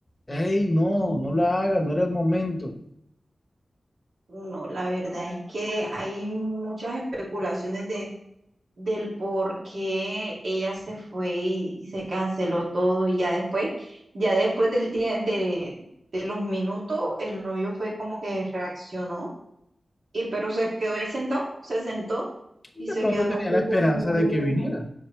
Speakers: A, on the left (about 25°); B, on the right (about 65°).
A: Ey, no,
B: mm.
A: no la haga, no era el momento.
B: No, la verdad es que hay muchas especulaciones de del por qué ella se fue y, y se canceló todo y ya después, ya después del tie- de, de los minutos, el novio fue como que reaccionó y pero se quedó ahí sentado, se sentó
A: Y
B: y
A: de
B: se
A: pronto
B: quedó
A: tenía
B: así
A: la esperanza
B: como mirando
A: de que
B: lejos.
A: viniera.